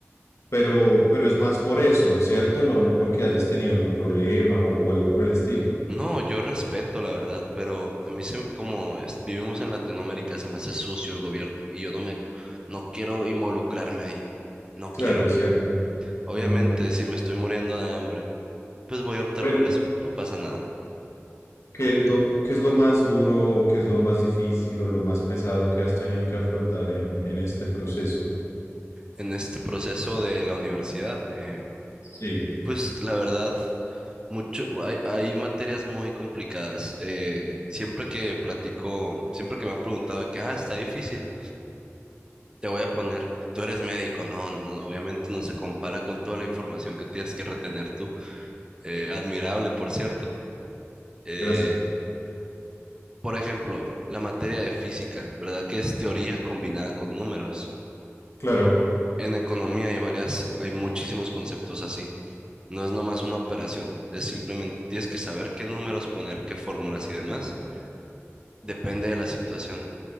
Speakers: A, on the left; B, on the right.
A: pero, pero es más por eso, ¿cierto? No es porque hayas tenido algún problema o, o algo por el estilo.
B: No, yo respeto la verdad, pero a mí se, como es- vivimos en Latinoamérica se me hace sucio el gobierno y yo no me, no quiero involucrarme ahí, no
A: Claro,
B: quiero.
A: es cierto.
B: Obviamente,
A: Mm,
B: si me estoy muriendo de hambre, pues voy a optar
A: bueno,
B: por eso, no pasa nada.
A: ¿qué es lo, qué es lo más duro, qué es lo más difícil o lo más pesado que has tenido que afrontar en, en este proceso?
B: En este proceso de la universidad, eh,
A: Sí,
B: pues la verdad, mucho, hay, hay materias muy complicadas. eh, siempre que platico, siempre que me han preguntado de que, ah, está difícil. Te voy a poner, tú eres médico, no, no, obviamente no se compara con toda la información que tienes que retener tú. Eh, admirable, por cierto. Eh,
A: gracias.
B: por ejemplo, la materia de física, ¿verdad? Que es teoría combinada con números.
A: Claro,
B: En economía hay varias, hay muchísimos conceptos así. No es nomás una operación, es simplemente tienes que saber qué números poner, qué fórmulas y demás. Depende de la situación.